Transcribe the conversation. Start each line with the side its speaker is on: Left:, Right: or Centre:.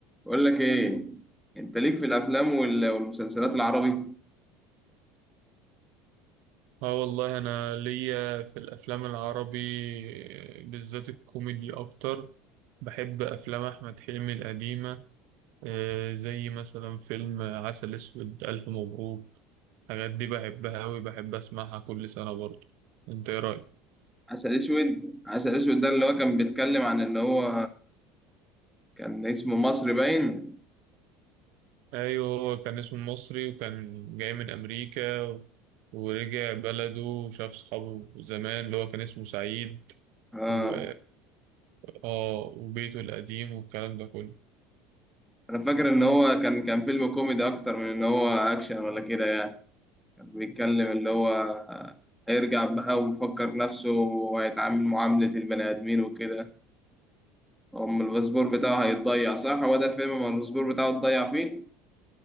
Centre: بقول لك ايه انت ليك في الافلام وال- والمسلسلات العربي
Right: اه والله انا ليا في الافلام العربي آه، بالذات الكوميدي اكتر بحب افلام احمد حلمي القديمه آه، زي مثلا فيلم عسل اسود الف مبروك الحاجات دي بحبها اوي بحب اسمعها كل سنه برضه انت ايه رايك
Centre: عسل اسود عسل اسود ده اللي هو كان بيتكلم عن ان هو كان اسمه مصر باين
Right: ايوه هو كان اسمه مصري وكان جاي من امريكا و- ورجع بلده وشاف صحابه زمان اللي هو كان اسمه سعيد
Centre: اه
Right: و اه وبيته القديم والكلام ده كله
Centre: انا فاكر ان هو كان كان فيلم كوميدي اكتر من ان هو اكشن ولا كده يعني كان بيتكلم اللي هو آه، هيرجع بقى ويفكر نفسه وهيتعامل معاملة البني ادمين وكده هم الباسبور بتاعه هيتضيع صح هو ده الفيلم ما الباسبور بتاعه اتضيع فيه